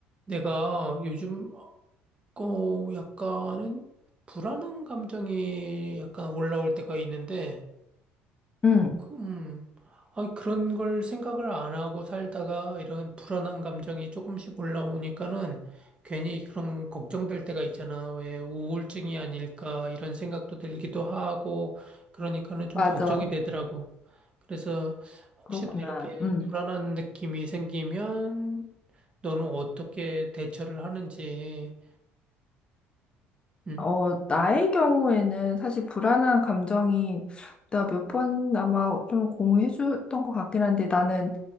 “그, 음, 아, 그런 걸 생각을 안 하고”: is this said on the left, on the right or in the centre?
Right